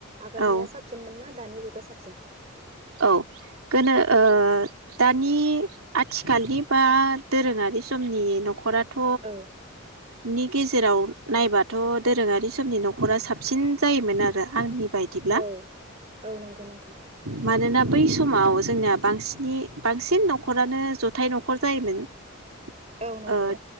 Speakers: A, on the right; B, on the right.
A: आगोलनिया
B: औ
A: साबसिनमोन ना दा दानि जुगा साबसिन?
B: औ गोनो ओ दानि आथिखालनि बा दोरोङारि समनि नख'रा थ'
A: औ
B: नि गेजेराव नायबाथ दोरोङारि समनि नख'रा साबसिन जायोमोन आरो आंनि बायदिब्ला
A: औ औ नंगौ नोंथां
B: मानोना बै समाव जोंनाया बांसिनि बांसिन नख'रानो जथाय नखर जायोमोन। ओ
A: औ नंगौ